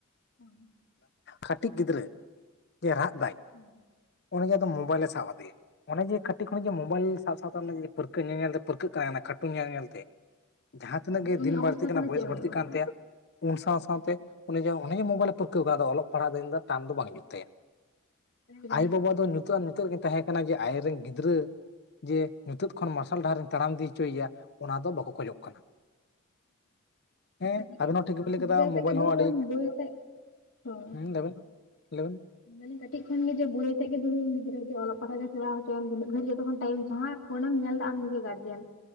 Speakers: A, on the left; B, on the left.
A: <unintelligible>
B: ᱠᱟᱹᱴᱤᱡ ᱜᱤᱫᱽᱨᱟᱹ ᱡᱮ ᱨᱟᱜ ᱫᱟᱭ
A: <inaudible>
B: ᱚᱱᱮ ᱡᱮ ᱟᱫᱚ ᱢᱳᱵᱟᱭᱤᱞᱮ ᱥᱟᱵ ᱟᱫᱮᱭᱟ ᱚᱱᱮ ᱡᱮ ᱠᱟᱹᱴᱤᱡ ᱠᱷᱚᱱᱟᱜ ᱡᱮ ᱢᱳᱵᱟᱭᱤᱞ ᱥᱟᱵ ᱥᱟᱵ ᱯᱟᱹᱨᱠᱟᱹ ᱧᱮᱧᱮᱞᱛᱮ ᱯᱟᱹᱨᱠᱟᱹᱜ ᱠᱟᱱᱟᱭ ᱠᱟᱨᱴᱩᱱ ᱧᱮᱞ ᱧᱮᱞᱛᱮ ᱡᱟᱸᱦᱟ ᱛᱤᱱᱟᱹᱜ ᱜᱮ
A: ᱩᱱᱤ
B: ᱫᱤᱱ
A: ᱚᱵᱚᱥᱛᱟ
B: ᱵᱟᱹᱲᱛᱤᱜ ᱠᱟᱱᱟ
A: ᱛᱟᱦᱚᱞᱮ
B: ᱵᱚᱭᱮᱥ
A: ᱪᱮᱫ ᱦᱩᱭᱩᱜᱼᱟ
B: ᱵᱟᱹᱲᱛᱤᱜ ᱠᱟᱱ ᱛᱟᱭᱟ ᱩᱱ ᱥᱟᱶ-ᱥᱟᱶᱛᱮ ᱚᱱᱮ ᱡᱮ ᱚᱱᱮ ᱢᱳᱵᱟᱭᱤᱞᱮ ᱯᱟᱹᱨ -ᱠᱟᱹᱣ ᱠᱟᱱ ᱫᱚ ᱚᱞᱚᱜ ᱯᱟᱲᱦᱟᱜ ᱫᱤᱜ ᱫᱚ ᱴᱟᱱ ᱫᱚ ᱵᱟᱝ ᱦᱤᱡᱩᱜ ᱛᱟᱭᱟ
A: ᱮᱠᱫᱚᱢ
B: ᱟᱭᱳ
A: ᱵᱟᱝ
B: ᱵᱟᱵᱟ ᱫᱚ ᱧᱩᱛᱟᱹ ᱟᱨ ᱧᱩᱛᱟᱹ ᱨᱮᱠᱤᱱ ᱛᱟᱦᱮᱸ ᱠᱟᱱᱟ ᱡᱮ ᱟᱡᱨᱮᱱ ᱜᱤᱫᱽᱨᱟᱹ ᱡᱮ ᱧᱩᱛᱟᱹᱫ ᱠᱷᱚᱱ ᱢᱟᱨᱥᱟᱞ ᱰᱟᱦᱟᱨᱤᱧ ᱛᱟᱲᱟᱢ ᱤᱫᱤ ᱦᱚᱪᱚᱭᱮᱭᱟ ᱚᱱᱟ ᱫᱚ ᱵᱟᱠᱚ ᱠᱷᱚᱡᱚᱜ ᱠᱟᱱᱟ, ᱦᱮᱸ
A: ᱠᱟᱹᱴᱤᱡ
B: ᱟᱵᱮᱱ ᱦᱚᱸ ᱴᱷᱤᱠ
A: ᱠᱷᱚᱱ
B: ᱜᱮ ᱵᱮᱱ ᱞᱟᱹᱭ ᱟᱠᱟᱫᱟ
A: ᱵᱳᱭ
B: ᱢᱳᱵᱟᱭᱤᱞ
A: ᱟᱛᱮᱜ ᱜᱮ
B: ᱦᱚᱸ
A: ᱫᱩᱲᱩᱵ
B: ᱟᱹᱰᱤ
A: ᱮᱢ ᱵᱳᱭ ᱟᱛᱮᱜ ᱦᱳᱭ
B: ᱫᱟᱵᱮᱱ <inaudible>
A: ᱢᱮᱱᱫᱟᱹᱧ ᱠᱟᱹᱴᱤᱡ ᱠᱷᱚᱱ ᱜᱮ ᱡᱮ ᱵᱳᱭ ᱟᱛᱮᱫ ᱜᱮ ᱫᱩᱲᱩᱵᱮᱢ ᱜᱤᱫᱽᱟᱹ ᱡᱮ ᱚᱞᱚᱜ, ᱯᱟᱲᱦᱟᱜ ᱥᱮᱲᱟ ᱦᱚᱪᱚᱭᱮᱢ <inaudible> ᱴᱟᱭᱤᱢ ᱡᱟᱦᱟᱸ ᱯᱷᱳᱱᱮᱢ ᱧᱮᱞ ᱫᱟ ᱟᱢ ᱱᱤᱡᱮ ᱜᱟᱨᱡᱮᱱ